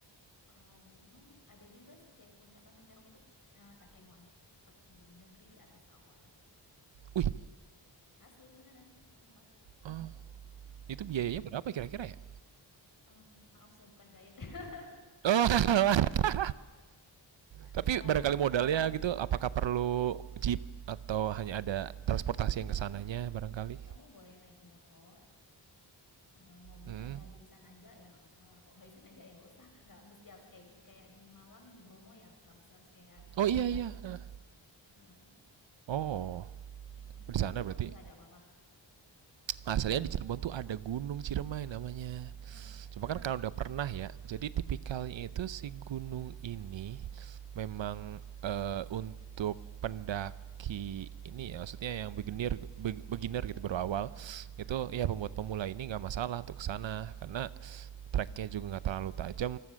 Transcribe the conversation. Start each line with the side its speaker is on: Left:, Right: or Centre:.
Left: Kalau gunung ada juga sih kayak puncak Pantan Terong itu eh, Takengon, seperti negeri di atas awan.
Right: wih,
Left: Asli beneran, sumpah.
Right: eh, itu biayanya berapa kira-kira ya?
Left: Em, maaf saya bukan guide. <laughs>
Right: Oh, <laughs> tapi
Left: Eh,
Right: barangkali modalnya gitu, apakah perlu jeep atau hanya ada transportasi
Left: enggak.
Right: yang kesananya barangkali?
Left: Kamu boleh naik motor, eh, mobilnya
Right: Hmm.
Left: selagi bisa nanjak ya nggak masalah. Kalau nggak bisa nanjak ya nggak usah. <laughs> Nggak mesti harus kayak jeep kayak di Malang di Bromo ya. Nggak mesti harus kayak Bromo
Right: Oh iya
Left: sih.
Right: iya. eh.
Left: Hah.
Right: Oh,
Left: Eh emang
Right: di sana
Left: di Cirebon
Right: berarti
Left: nggak ada apa-apa?
Right: asalnya di Cirebon tuh ada Gunung Ciremai namanya.
Left: Hah terus.
Right: Cuma kan karena udah pernah ya, jadi tipikalnya
Left: Oh
Right: itu si gunung ini memang eh, untuk pendaki ini ya, maksudnya yang beginner beginner gitu
Left: pemula.
Right: baru awal
Left: Hah.
Right: itu ya pembuat pemula ini nggak masalah untuk sana karena treknya juga nggak terlalu tajam,